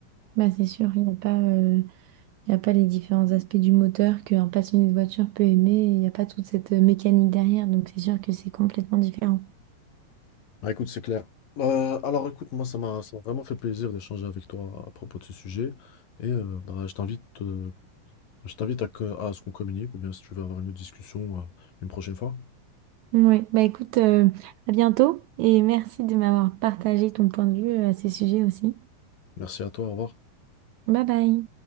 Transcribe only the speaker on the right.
Bah, c'est sûr, il n'y a pas. euh, Il n'y a pas les différents aspects du moteur qu'un passionné de voiture peut aimer. Il n'y a pas toute cette euh, mécanique derrière. Donc, c'est sûr que c'est complètement différent.
Oui, bah écoute, euh, à bientôt et merci de m'avoir partagé ton point de vue euh, à ces sujets aussi.
Bye bye.